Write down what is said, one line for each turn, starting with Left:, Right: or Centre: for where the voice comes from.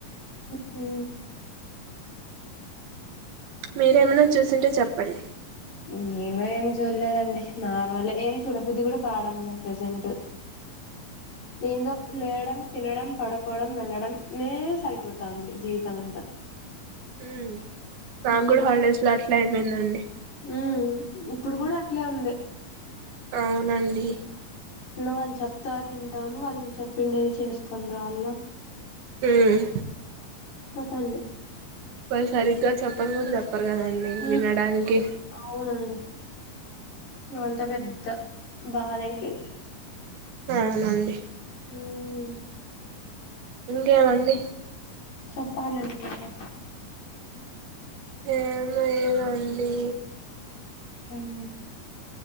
Left: హూ
Right: మీరేమైనా చూసింటే చెప్పండి
Left: నేను ఏం చూడలేదండి నార్మల్ ఏం చూడబుద్ది కూడా కావడం లే ప్రసెంట్ ఏందో లేయడం తినడం పడుకోవడం వెళ్లడం నే సరిపోతుంది జీవితం అంతా
Right: ఉ నాకు
Left: ఉ
Right: కూడా హాలిడేస్ లో అట్లా అయిపోయిందండి
Left: ఉ ఇప్పుడు కూడా అట్లే ఉంది
Right: అవునండి
Left: నువు అది చెప్తారు వింటాము వాళ్ళు చెప్పిండేది చేసుకొని రాళ్ళ
Right: హ్మ్మ్
Left: తందే
Right: వాళు సరిగ్గా చెప్పను కూడా చెప్పరు కదండి
Left: ఉమ్
Right: వినడానికి
Left: అవునండి వాళ్ళతో పెద్ద బాధ అయిపోయింది
Right: అవునండి
Left: హ్మ్మ్
Right: ఇంకేమండి
Left: చెప్పలండి మీరే
Right: ఏం లేదండి
Left: అ